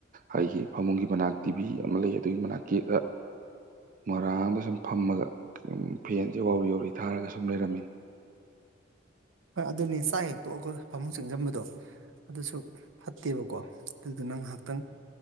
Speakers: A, on the right; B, on the right.
A: ꯑꯩꯒꯤ ꯐꯃꯨꯡꯒꯤ ꯃꯅꯥꯛ ꯇꯤꯚꯤ ꯑꯃ ꯂꯩꯌꯦ ꯑꯗꯨꯒꯤ ꯃꯅꯥꯛꯀꯤ‌ ꯑ ꯃꯣꯔꯥ ꯑꯃ ꯁꯨꯝ ꯐꯝꯃꯒ ꯎꯝ ꯐꯦꯟꯁꯦ ꯋꯧꯔꯤ ꯋꯧꯔꯤ ꯊꯥꯔꯒ ꯁꯨꯝ ꯂꯩꯔꯝꯃꯤ
B: ꯍꯣꯏ ꯑꯗꯨꯅꯤ ꯆꯥꯛ ꯍꯦꯛ ꯇꯣꯛꯑꯒ ꯐꯃꯨꯡ ꯆꯪꯖꯟꯕꯗꯣ ꯑꯗꯨꯁꯨ ꯐꯠꯇꯦꯕꯀꯣ ꯑꯗꯨꯗꯨꯅ ꯉꯥꯍꯥꯛꯇꯪ